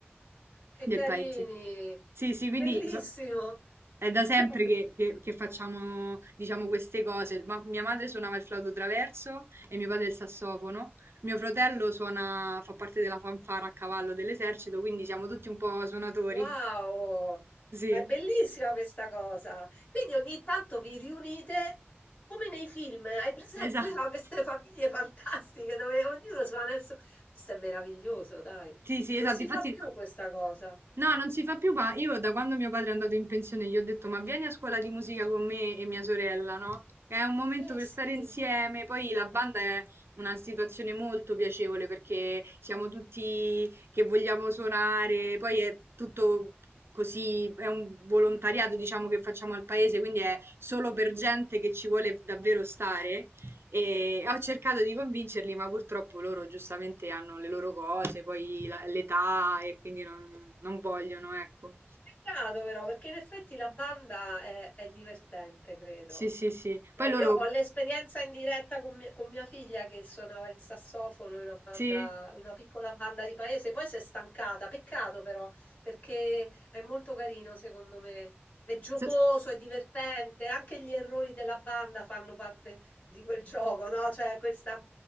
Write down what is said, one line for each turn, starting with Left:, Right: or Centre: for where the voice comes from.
Left: Che
Right: del
Left: carini!
Right: paese. Sì, sì, quindi
Left: Bellissimo!
Right: so- è da sempre
Left: <laughs>
Right: che, che- che facciamo, diciamo, queste cose. Ma mia madre suonava il flauto traverso e mio padre il sassofono. Mio fratello suona, fa parte della fanfara a cavallo dell'esercito, quindi siamo tutti un po' suonatori.
Left: Wow!
Right: Sì,
Left: Ma è bellissima questa cosa. Quindi ogni tanto vi riunite come nei film. Hai presente
Right: esatto.
Left: no, queste famiglie fantastiche dove ognuno suona il suo... Questo è meraviglioso, dai.
Right: Sì, sì, esatto,
Left: Non si
Right: infatti
Left: fa più questa cosa.
Right: No, non si fa più, ma io da quando mio padre è andato in pensione gli ho detto ma vieni a scuola di musica con me e mia sorella, no? È un momento
Left: Eh
Right: per
Left: sì.
Right: stare insieme, poi la banda è una situazione molto piacevole perché siamo tutti che vogliamo suonare, poi è tutto così, è un volontariato diciamo che facciamo al paese, quindi è solo per gente che ci vuole davvero stare e ho cercato di convincerli, ma purtroppo loro giustamente hanno le loro cose, poi la- l'età e quindi non, non vogliono, ecco.
Left: Peccato però, perché in effetti la banda è, è divertente, credo.
Right: Sì, sì, sì. Poi
Left: Beh,
Right: loro,
Left: io ho l'esperienza in diretta con, mia con mia figlia che suonava il sassofono in una banda,
Right: sì,
Left: in una piccola banda di paese, poi si è stancata, peccato però, perché è molto carino secondo me, è giocoso,
Right: so-
Left: è divertente, anche gli errori della banda fanno parte di quel <laughs> gioco, no? Cioè questa a